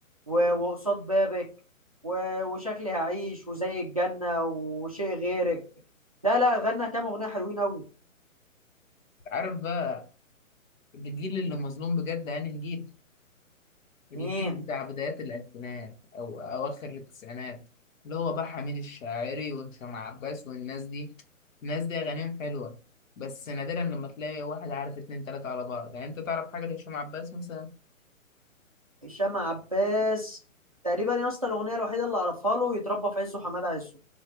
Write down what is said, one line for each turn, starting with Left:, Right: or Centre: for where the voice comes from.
Right: و- وقصاد بابك و- وشكلي هعيش وزي الجنة وشيء غيرك لا لا غنى كام أغنية حلوين أوي
Left: عارف بقى الجيل اللي مظلوم بجد أنهي جيل الجيل
Right: مين
Left: بتاع بدايات الألفينات أو أواخر التسعينات اللي هو بقى حميد الشاعري وهشام عباس والناس دي الناس دي أغانيهم حلوة بس نادرا لما تلاقي واحد عارف اتنين تلاتة على بعض يعني أنت تعرف حاجة لهشام عباس مثلا
Right: هشام عباس تقريبا يا اسطى الأغنية الوحيدة اللي أعرفها له يتربى في عزه حماد عزه